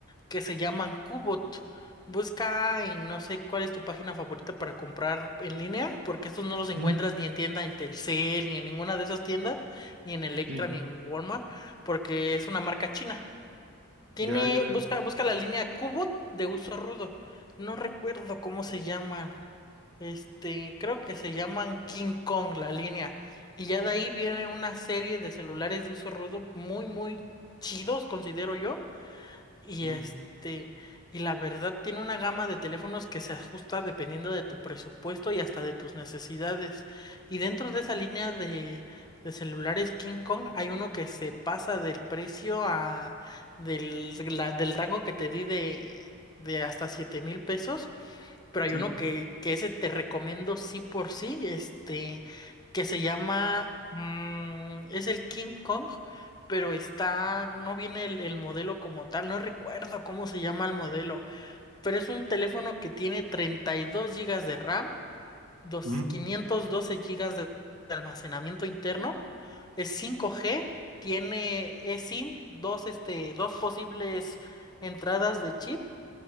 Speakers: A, on the left; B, on the right.
A: que se llaman Qbot. Busca en no sé cuál es tu página favorita para comprar en línea, porque estos no los encuentras
B: Mm,
A: ni en tienda en Telcel, ni en ninguna de esas tiendas, ni en Electra,
B: sí,
A: ni en Walmart, porque es una marca china. Tiene,
B: ya, ya veo.
A: busca, busca la línea Qbot de uso rudo. No recuerdo cómo se llaman. Este, creo que se llaman King Kong la línea. Y ya de ahí viene una serie de celulares de uso rudo muy, muy chidos, considero yo y
B: Mm,
A: este, y la verdad tiene una gama de teléfonos que se ajusta dependiendo de tu presupuesto y hasta de tus necesidades. Y dentro de esa línea de, de celulares King Kong hay uno que se pasa del precio a del, la- del rango que te di de, de hasta siete mil pesos pero hay
B: sí,
A: uno que, que ese te recomiendo sí por sí, este, que se llama, mm, es el King Kong, pero está, no viene el, el modelo como tal, no recuerdo cómo se llama el modelo, pero es un teléfono que tiene 32 gigas de RAM, dos-
B: mm,
A: 512 GB de de almacenamiento interno, es 5G, tiene eSIM, dos, este, dos posibles entradas de chip